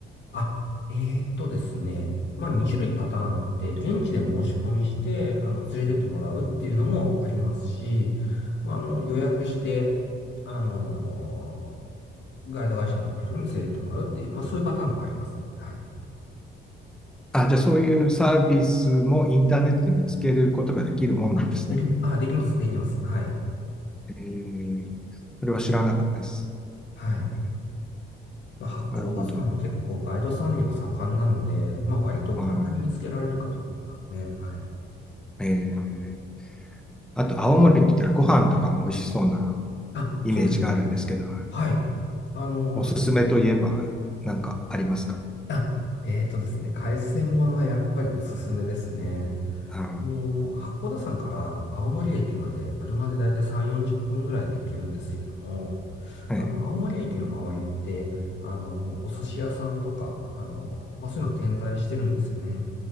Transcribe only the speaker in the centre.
な。あ、じゃあそういうサービスもインターネットで見つけることができるもんなんですね。
えー、それは知らなかったです。
うん、
なるほど。
あー、
えー、あと青森って言ったらご飯とかも美味しそうな
イメージがあるんですけど、
おすすめといえば何かありますか
あ
はい